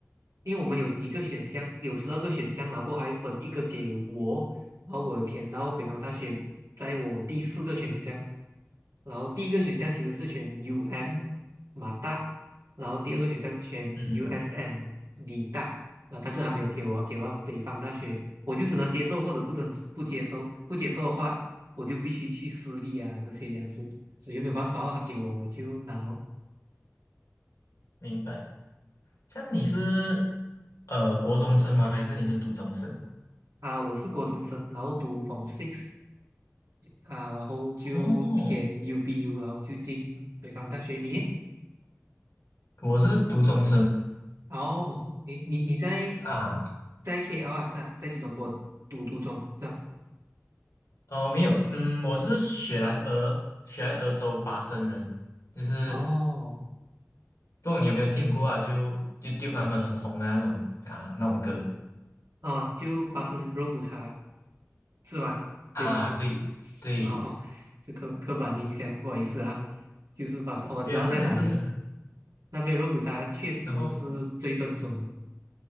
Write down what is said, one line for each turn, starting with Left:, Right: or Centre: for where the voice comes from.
Right: 因为我们有几个选项，有十二个选项，然后还分一个给我，然后我填到北方大学，在我第四个选项，然后第一个选项其实是选 UM 马大，然后第二个选项选
Left: 嗯，
Right: USM 理大，啊、但是他没有给我，给我北方大学，我就只能接受或者不准不接受，不接受的话，我就必须去私立啊这些这样子，所以又没有办法哦，他给我我就拿咯
Left: 明白。<laughs> 像你是呃国中生吗？还是你是读中生？
Right: 啊，我是国中生，然后读 Form Six 啊，然后就填
Left: 哦，
Right: UBU，然后就进北方大学。你呢？
Left: 我是读中生
Right: 哦，诶，你你在
Left: 啊，
Right: 在 KL 啊，是吧？在吉隆坡读读中是吧？
Left: 哦没有，嗯，我是雪兰莪，雪兰莪州巴生人，就是
Right: 哦
Left: 不懂你有没有听过啊？
Right: ，OK，
Left: 就 y 丢 u t 他们很红啊那种啊那种歌
Right: 哦，就巴生肉骨茶是吧？对吗？
Left: 啊，对对，
Right: 哦，这刻刻板印象，不好意思啊，就是巴生，我知道在哪里，
Left: 没有事没有事没有事。
Right: 那边肉骨茶确实是最正宗的。
Left: 然后